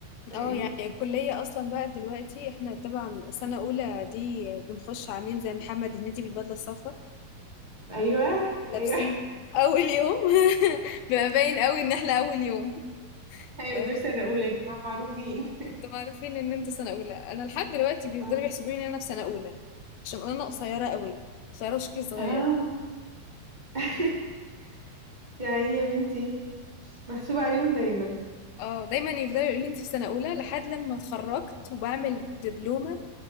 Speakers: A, on the right (about 30°); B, on the left (about 85°).
A: فيعني
B: اه يعني الكلية أصلا بقى دلوقتي احنا طبعا سنة أولى دي بنخش عاملين زي محمد هنيدي بالبدلة الصفراء
A: ايوه
B: لابسين
A: ايوه
B: أول يوم <laughs> بيبقى باين قوي إن احنا أول يوم
A: <laughs> ايوه
B: بيبقى
A: دول
B: باين
A: سنه اولى يا جماعه معروفين
B: انتوا معروفين إن انتوا سنة أولى أنا لحد دلوقتي
A: اه
B: بيفضلوا يحسبوني إن أنا في سنة أولى عشان أنا قصيرة قوي قصيرة وشكلي صغير
A: آه. <laughs> يا عيني يا بنتي محسوبه عليهم دايما
B: اه دايما يفضلوا يقولوا لي انت في سنة أولى لحد لما اتخرجت وبعمل دبلومة